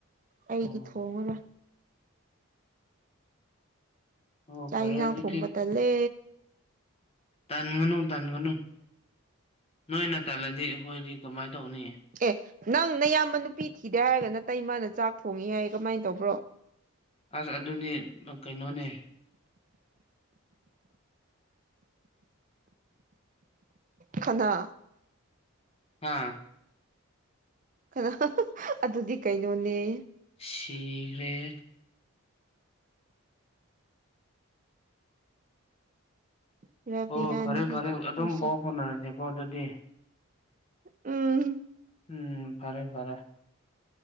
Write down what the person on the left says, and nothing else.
ꯑꯣ
ꯑꯣ
ꯐꯔꯦ
ꯑꯗꯨꯗꯤ
ꯇꯟꯒꯅꯨ ꯇꯟꯒꯅꯨ ꯅꯣꯏꯅ ꯇꯜꯂꯗꯤ ꯑꯩꯈꯣꯏꯗꯤ ꯀꯃꯥꯏꯅ ꯇꯧꯅꯤ
ꯑꯁ ꯑꯗꯨꯅꯤ ꯀꯩꯅꯣꯅꯦ
ꯍꯥ
ꯁꯤꯒ꯭ꯔꯦ
ꯑꯣ ꯐꯔꯦ ꯐꯔꯦ ꯑꯗꯨꯝ
ꯄꯥꯎ ꯐꯥꯎꯅꯔꯁ‌ꯦꯀꯣ ꯑꯗꯨꯗꯤ
ꯎꯝ ꯐꯔꯦ ꯐꯔꯦ